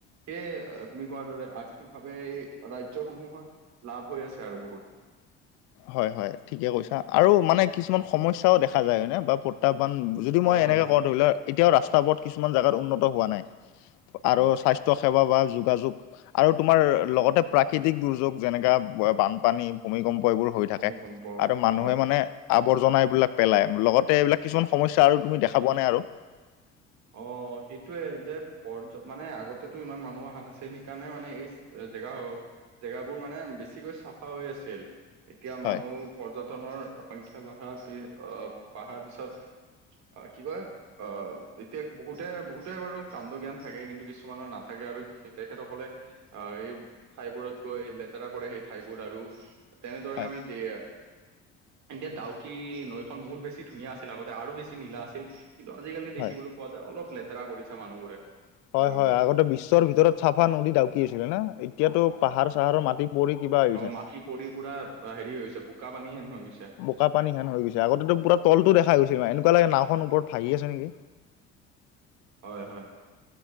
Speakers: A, on the right; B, on the left.
A: সেয়ে তুমি কোৱাৰ দৰে আৰ্থিকভাৱে এই ৰাজ্যসমূহত লাভ হৈ আছে আৰু বহুত।
B: হয়, হয়, ঠিকে কৈছা। আৰু মানে কিছুমান সমস্যাও দেখা যায় হয়নে বা প্ৰত্যাহ্বান যদি
A: হয়
B: মই এনেকে
A: হয়
B: কওঁ, ধৰিলোৱা এতিয়াও ৰাস্তা পথ কিছুমান জাগাত উন্নত হোৱা নাই আৰু
A: অ
B: স্বাস্থ্য স্বাস্থ্যসেৱা বা যোগাযোগ আৰু তোমাৰ লগতে প্ৰাকৃতিক দুৰ্যোগ যেনেকা বানপানী, ভূমিকম্প, এইবোৰ হৈ
A: ভূমিকম্প
B: থাকে আৰু মানুহে
A: হয়
B: মানে আৱৰ্জনা এইবিলাক পেলাই, লগতে এইবিলাক কিছুমান সমস্যা আৰু তুমি দেখা পোৱা নাই আৰু।
A: অহ, সেইটোয়ে যে পৰ্য মানে আগতে ইমান মানুহ অহা নাছিল, সেইকাৰণে মানে এই জেগা জেগাবোৰ মানে বেছিকৈ চাফা হৈ আছিল। এতিয়া
B: হয়,
A: মানুহ পৰ্যটনৰ সংখ্যা বাঢ়া অহ, বাঢ়াৰ পিছত অহ, কি কয়? অহ এতিয়া বহুতে-বহুতে বাৰু কাণ্ড জ্ঞান থাকে কিন্তু কিছুমানৰ নাথাকে আৰু তেখেতসকলে অহ, এইঠাইবোৰত গৈ লেতেৰা কৰে সেই ঠাইবোৰ আৰু তেনেদৰে
B: হয়,
A: আমি দে, এতিয়া ডাউকী নৈ বহুত বেছি ধুনীয়া আছিল আগতে আৰু বেছি নীলা আছিল কিন্তু আজিকালি দেখিবলৈ
B: হয়।
A: পোৱা যায়, অলপ লেতেৰা কৰিছে মানুহবোৰে।
B: হয়,
A: গৈ
B: হয়।
A: গৈ
B: আগতে বিশ্বৰ ভিতৰত চাফা নদী ডাউকী আছিল হয় না। এতিয়াতো পাহাৰ-চাহাৰৰ মাটি পৰি কিবা গৈছে।
A: অহ, মাটি পৰি পুৰা হেৰি হৈছে, বোকা পানী হেন হৈ গৈছে।
B: বোকা পানী হেন হৈ গৈছে, আগতেটো পুৰা তলটো দেখ গৈছিলে, এনেকুৱা লাগে নাওখন ওপৰত ভাহি আছে নেকি।
A: হয়, হয়।